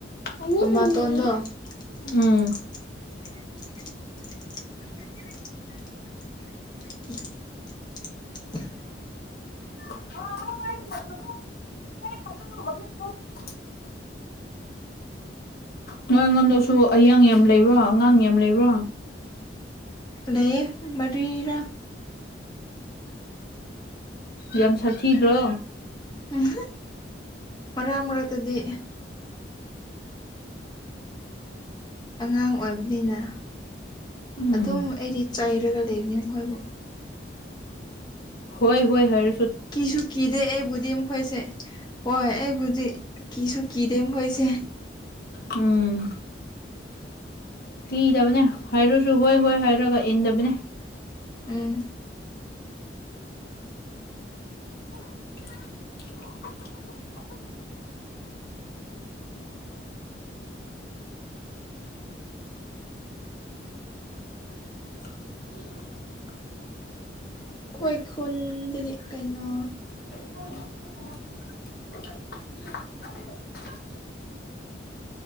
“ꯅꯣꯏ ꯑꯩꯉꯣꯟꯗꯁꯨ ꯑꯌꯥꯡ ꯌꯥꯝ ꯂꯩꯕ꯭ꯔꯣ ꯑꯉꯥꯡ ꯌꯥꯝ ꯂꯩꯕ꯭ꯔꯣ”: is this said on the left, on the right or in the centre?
Left